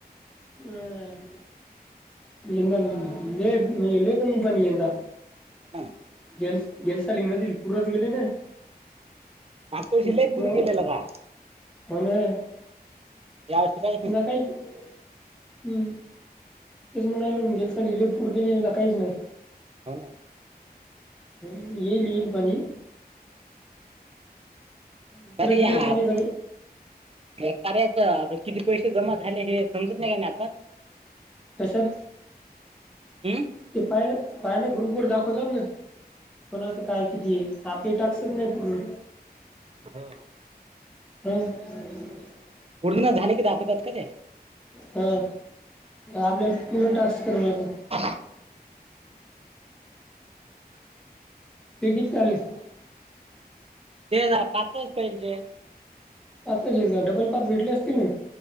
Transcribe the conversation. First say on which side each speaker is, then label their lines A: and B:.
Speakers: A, in the centre; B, on the right.
A: हं यंदा लंय म्हणजे लय कमी पाणी यंदा.
B: हो ना
A: गेलं सा गेल साली नदीला पूरच गेले ना?
B: मागच्या वर्षी
A: पुरं
B: लय पूर गेलेला का
A: म्हणे यंदा
B: या वर्षी नाही
A: काहीच हम्म तेच म्हणल गेले साली लय पूर गेले यंदा काहीच नाही.
B: हो ना.
A: येईल येईल पाणी. इकडं
B: कधी
A: तिकडं
B: याप
A: पाणी झाले
B: हे करायचं आता किती पैसे जमा झाले हे समजत नाही का नाही आता?
A: कशात
B: हम्म
A: ते पाय पायना ग्रुप वर दाखवतात ना. कोणातं काय किती आपले टाकसत नाही पूर्ण
B: हं.
A: हम् <inaudible>
B: पूर्ण झाले दाखवतात का ते?
A: हां आपल्याला पूर्ण टास्क करावं लागेल
B: <unintelligible>
A: ते किती आले
B: ते जा पाचच पहिजे
A: आताच का डबल पाथ भेटले असतील ना?